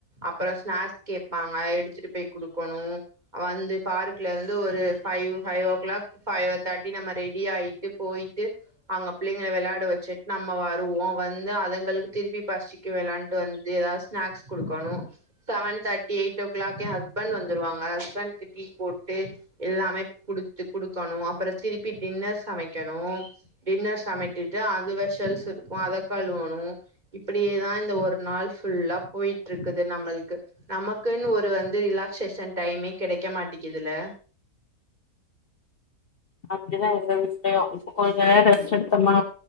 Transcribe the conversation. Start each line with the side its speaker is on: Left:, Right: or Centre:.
Right: அப்ற ஸ்நாஸ்க் கேப்பாங்க எடுத்துட்டு போய் குடுக்கொணு அவந்து பாரு ட்லர்ந்து ஒரு ஃபைவ் ஹை ஓ க்ளாக்கு ஃபைவ்வ தாட்டி நம்ம ரெடி ஆயிட்டு போய்ட்டு அங்க பிளைங்கள விளையாட வச்சுட் நம்ம வருவோ வந்து அதுங்களுக்கு திருப்பி பஷ் திக்க வெளான்ட்டு வந்து ஏதா ஸ்நாக்ஸ் குடுக்கணு செவன் தர்ட்டி எய்ட் ஓ க்ளாக்கே ஹஸ்பண் வந்துருவாங்க ஹஸ்பண்க்கு டீ போட் ட்டே எல்லாமே குடுத்து குடுக்கணு அப்பற திருப்பி டின்னர் சமைக்கணு டின்னர் சமைத்துட்டு அது வெஷல்ஸ் இருக்கு அத கழுவணு இப்பிடியேதா இந்த ஒரு நாள் ஃபுல்லா போயிட்ருக்குது நம்மளுக்கு நமக்குன் ஒரு வந்து ரிலாக்சேஷன் டைமே கெடைக்க மாட்டேங்குதுல்ல
Left: அப்டிதா எங்க வீட்லயு இப்ப கொஞ்ச நேர ரெஸ்ட் எடுத்தமா